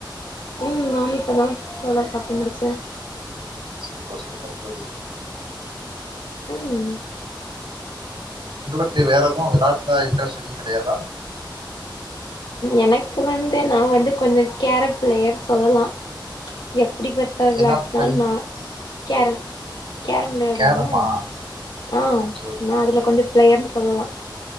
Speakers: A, on the left (about 70°); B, on the right (about 85°).
A: ம் நானு இப்ப தா தோழா சாப்ட்டு முடிச்ச
B: சூப்பர் சூப்பர் தோழி
A: ம்
B: உங்களுக்கு வேற எது வெளாட்டுல இன்ட்ரெஸ்ட் எதுவு கிடையாதா
A: எனக்கு வந்து நா வந்து கொஞ்ச கேரப் ப்ளயர் சொல்லலா எப்புடிப்பட்டா விளாட்டுனாலு
B: என்ன பை
A: நா கேரம் கேரம் விளையாடுவோள்ல
B: கேரமா
A: ஆ
B: ஓகே ஓகே
A: நா
B: தோழி
A: அதுல கொஞ்ச பிள்ளையர்னு சொல்லலா